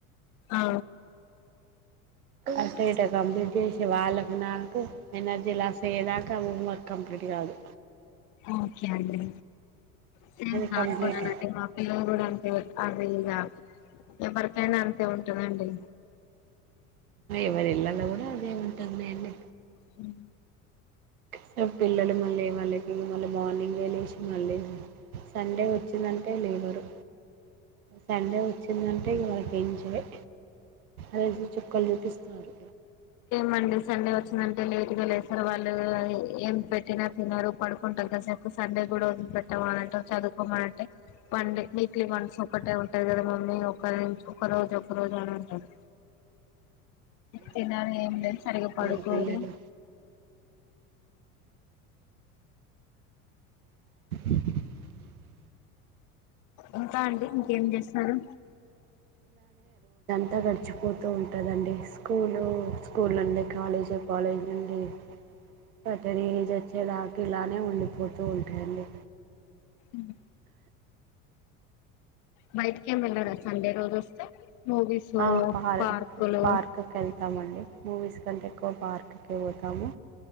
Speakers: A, on the left; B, on the right.
A: ఆ
B: అట్ట ఇట కంప్లీట్ చేసే వాళ్ళకి నాకు ఎనర్జీ లాస్ అయ్యేదాకా హోమ్ వర్క్ కంప్లీట్ కాదు
A: ఓకే అండి సేమ్
B: అది
A: నాను
B: కంప్లీట్
A: కూడానండి మా పిల్లలు కూడా అది ఇద ఎవరికైనా అంతే ఉంటుందండి
B: ఎవరి ఇళ్లాలో కూడా అదే ఉంటుంది నండి
A: హమ్
B: స పిల్లలు మళ్ళీ వాళ్ళ మళ్ళీ మార్నింగ్ గే లేసి మళ్ళీ సండే వచ్చిందంటే లేవరు సండే వచ్చిందంటే ఇగ వాళ్ళకి ఎంజాయ్ రైజు చక్కలు చూపిస్తున్నారు
A: మండే సండే వచ్చిందంటే లేట్గా లేస్తారు వాళ్ళు ఏం పెట్టిన తిన్నరు పడుకుంటారు సండే కూడా వదిలిపెట్టావ అని అంటారు చదువుకోమని అంటే పండే వీక్లీ వన్స్ ఒకటే ఉంటాయి కదా అమ్ ఒకరి ఒక రోజు ఒక రోజు అంటారు తినను
B: అవునండి
A: ఏమి
B: అలానే
A: లేని సరిగా
B: అంటారు
A: పడుకోరు
B: పిల్లలు <inaudible>
A: ఇంకా అండి ఇంకేం చేస్తారు
B: అంత గడిచిపోతూ ఉంటాదండి స్కూలు స్కూల్ నుండి కాలేజ్ కాలేజ్ నుండి సర్టెన్ ఏజ్ వచ్చేదాకా ఇలానే ఉండిపోతూ ఉంటాదండి
A: ఉమ్ బయట కేమ్ వెళ్ళరా సండే రోజు వస్తే మూవీస్
B: ఆ పార్
A: పార్కులు
B: పార్క్కి వెళ్తామండి మూవీస్ కంటే ఎక్కువ పార్క్కి పోతాము